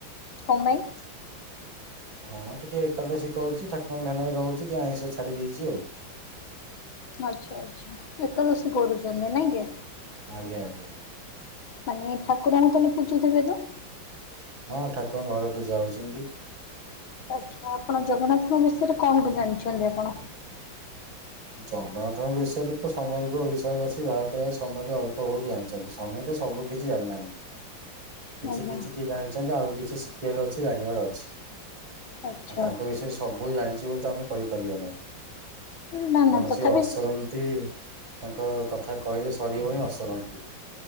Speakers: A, on the left (about 85°); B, on the right (about 75°).
A: କଁ ପାଇଁ?
B: <inaudible> ହଁ ଟିକେ ଏକାଦଶୀ କରୁଚି ଠାକୁରଙ୍କ ଧ୍ୟାନରେ ରହୁଚି ଟିକେ ଆଇଁଷ ଛାଡି଼ ଦେଇଚି ଆଉ।
A: ଆଚ୍ଛା ଆଚ୍ଛା ଏକାଦଶୀ କରୁଚନ୍ତି ନାଇ କି?
B: ଆଜ୍ଞା ଆଜ୍ଞା
A: ମାନେ ଠାକୁରଙ୍କୁ ତାହେଲେ ପୁଜୁଥିବେ ତ?
B: ହଁ ଠାକୁରଙ୍କ ଘରେ ପୂଜା ହଉଛନ୍ତି।
A: ଆଛା ଆପଣ ଜଗନ୍ନାଥଙ୍କ ବିଷୟରେ କଣ ଜାଣିଚନ୍ତି ଆପଣ?
B: ଜଗନ୍ନାଥଙ୍କ ବିଷୟରେ ତ ସମଗ୍ର ଓଡି଼ଶା ବାସୀ ଭାରତବାସୀ ସମତେ ଅଳ୍ପ ବହୁତ ଜାଣ ସମତେ ସବୁ କିଛି ଜାନନାହାନ୍ତି। କିଛି
A: ଆଜ୍ଞା
B: କିଛି କି ଜାଣିଚନ୍ତି ଆହୁରି କିଛି ଶିଖିବାର ଅଛି ଜାଣିବାର ଅଛି।
A: ଆଚ୍ଛା
B: ଆଉ ତାଙ୍କ ବିଷୟରେ ସବୁ ଜାଣିଚି ବୋଲି ତ ଆମେ କହିପାରିବା ନାହିଁ।
A: ନା
B: ତେଣୁ
A: ନା
B: ସିଏ
A: ତଥାପି।
B: ଅସରନ୍ତି ତାଙ୍କ କଥା କହିଲେ ସରିବନି ଅସରନ୍ତି।